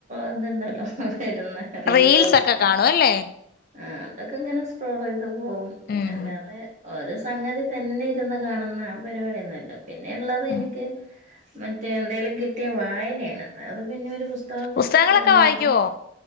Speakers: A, on the right; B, on the left.
A: എതുണ്ടല്ലോ വരുന്ന റീലുകളൊക്കെ
B: റീൽസ് ഒക്കെ കാണും അല്ലേ
A: ആഹ് അതൊക്കെങ്ങനെ സ്ട്രോൾ ചെയ്ത് പോവും
B: ഉം
A: അല്ലാതെ ഒരു സംഗതി തന്നെ ഇരുന്ന് കാണുന്ന ആഹ് പരിപാടിയൊന്നുല്ല പിന്നെള്ളത് എനിക്ക്
B: ഉം
A: മറ്റേ എന്തേലും കിട്ടിയ വായനയാണ് അത് പിന്നെ ഒരു പുസ്തം പുസ്തകമൊക്കെ
B: പുസ്തകങ്ങളൊക്കെ
A: കിട്ടിയാലേ
B: വായിക്കുവോ
A: അത